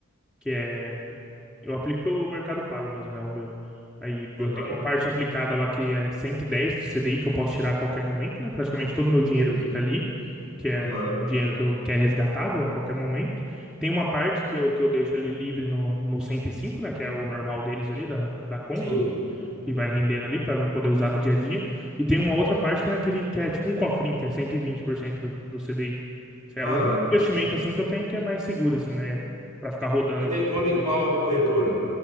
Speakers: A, in the centre; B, on the right (about 35°).
A: que é. Eu aplico pelo Mercado Pago mesmo, né? O meu. Aí
B: Aham,
A: eu tenho uma parte aplicada lá que é 110 de CDI que eu posso tirar a qualquer momento, né? Praticamente todo o meu dinheiro
B: isso.
A: fica ali, que é
B: Aham,
A: dinheiro que, eu, que é resgatável a qualquer momento. Tem uma parte que eu, que eu deixo ali livre no, no 105, né? Que é o normal deles ali, da, da conta.
B: sim.
A: né. e vai rendendo ali para poder usar no dia a dia. E tem uma outra parte que é naquele que é tipo um cofrinho, que é 120% do, do CDI. Isso é
B: Aham.
A: o único investimento assim que eu tenho que é mais seguro assim, né, para ficar rodando
B: Você
A: alguma
B: tem conta
A: coisa
B: em
A: ali.
B: qual corretora?